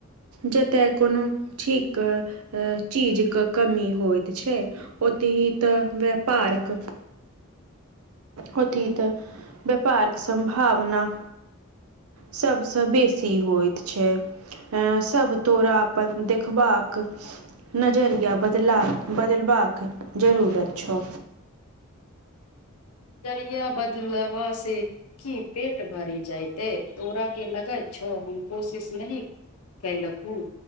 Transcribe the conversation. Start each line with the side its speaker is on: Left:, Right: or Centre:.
Right: जतय कोनो ठीक चीज क कमी होइत छय। छै अतही तो व्यापारक। होतही त व्यापारक संभावना। सबस बेसी होइत छय। ऐं सब तोरा अपन देखबाक नजरिया बदला। बदलबाक जरूरत छअ।
Left: नजरिया बदलवा से। कि पेट भरि जायतै छै तोरा के लगय छौ हम कोशिश नहि। कयलक हु